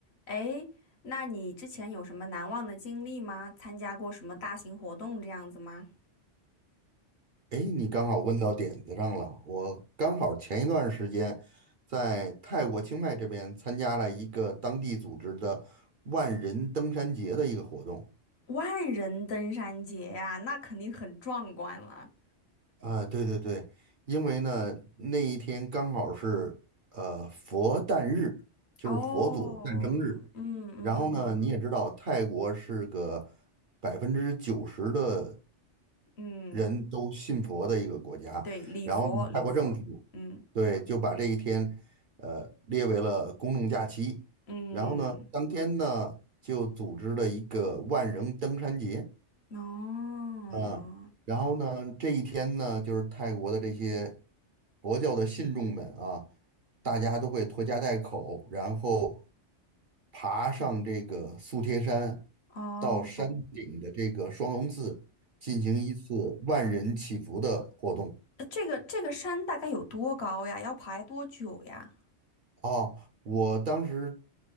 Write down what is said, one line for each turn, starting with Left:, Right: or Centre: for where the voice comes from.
Left: 哎，那你之前有什么难忘的经历吗？参加过什么大型活动这样子吗？
Right: 哎，你刚好问到点子上了。我刚好前一段时间在泰国清迈这边参加了一个当地组织的万人登山节的一个活动。
Left: 万人登山节呀，那肯定很壮观了。
Right: 啊，对对对，因为呢那一天刚好是呃佛诞日，就是佛祖的诞生日。
Left: 哦，嗯嗯嗯
Right: 然后呢，你也知道泰国是个百分之九十的
Left: 嗯，
Right: 人都信佛的一个国家。
Left: 对，礼佛礼佛，
Right: 然后呢，泰国政府对就把这一天呃列为了公众假期。
Left: 嗯嗯，
Right: 然后呢，当天呢就组织了一个万人登山节。
Left: 哦
Right: 嗯，然后呢，这一天呢，就是泰国的这些佛教的信众们啊，大家都会拖家带口，然后爬上这个素贴山，
Left: 哦，
Right: 到山顶的这个双龙寺进行一次万人祈福的活动。
Left: 呃这个这个山大概有多高呀？要爬多久呀？
Right: 啊。我当时